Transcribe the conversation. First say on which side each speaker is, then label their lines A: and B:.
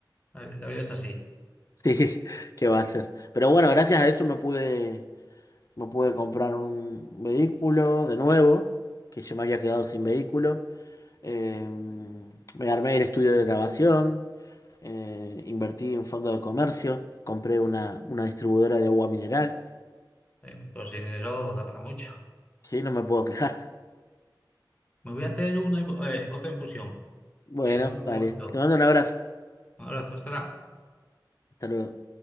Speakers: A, on the left; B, on the left.
A: La, la vida es así.
B: Sí, ¿qué va a hacer? Pero bueno, gracias a eso me pude, me pude comprar un vehículo de nuevo, que yo me había quedado sin vehículo. Eh, me armé el estudio de grabación. eh, invertí en fondo de comercio, compré una, una distribuidora de agua mineral,
A: Eh, con todo ese dinero da para mucho.
B: sí, no me puedo quejar. <laughs>
A: Me voy a hacer una, eh, otra infusión.
B: Bueno,
A: Te llamo en
B: vale,
A: un momento.
B: te mando un abrazo,
A: Un abrazo, hasta
B: hasta luego.